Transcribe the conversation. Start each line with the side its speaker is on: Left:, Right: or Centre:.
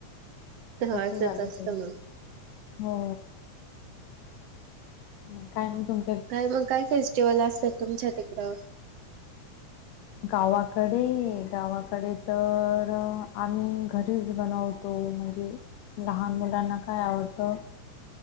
Right: हा
Left: तस
Right: असंच
Left: झालं
Right: असतं
Left: ते
Right: मग.
Left: हो मग काय तुम
Right: काय मग काय फेस्टिवल असतात तुमच्या तिकडं
Left: गावाकडे गावाकडे तर आम्ही घरीच बनव तो म्हणजे लहान मुलांना काय आवडतं